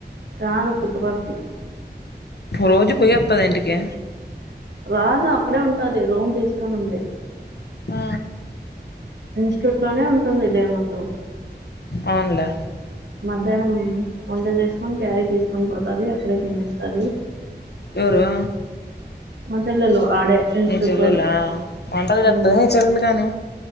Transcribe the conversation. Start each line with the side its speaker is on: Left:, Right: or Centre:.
Right: కాదు పుట్టపర్తి
Left: రోజు పోయి వత్తాద ఇంటికి.
Right: రాదు అక్కడే ఉంటది రూమ్ తీసుకొని ఉంది.
Left: ఆ
Right: ఇన్స్టిట్యూట్ లోనే ఉంటుంది డే మొత్తం.
Left: అవును లే
Right: మధ్యాహ్నం వంట చేసుకొని క్యారీ తీసుకొని పోతది అక్కడే తినేస్తాది.
Left: ఎవరు?
Right: మా చెల్లెలు ఆడే ఇన్స్టిట్యూట్
Left: మీ చెల్లెలా
Right: లోనే
Left: వంటలు చెప్తదా
Right: ఉ
Left: మీ చెల్లెలు గాని